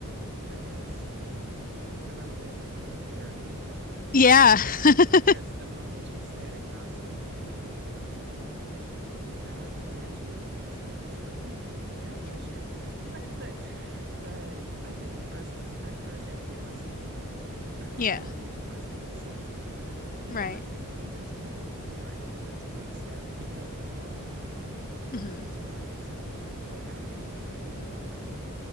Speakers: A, on the right (about 50°); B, on the left (about 40°).
A: I guess, because I'm a big proponent of therapy as well.
B: Yeah.
A: Uh,
B: <laughs>
A: because the moment you say agnostic, it's like, well, you know, God will guide you and things like this. And, you know, God bless you. <laughs> But, but I think we first, I first had to get myself together. I think
B: Yeah.
A: we all need to first get ourselves together. Who
B: Right.
A: are you? You need to know who you are. And then the next step, because you are who you are,
B: hmm
A: you need to learn to accept it. But how can you know who you are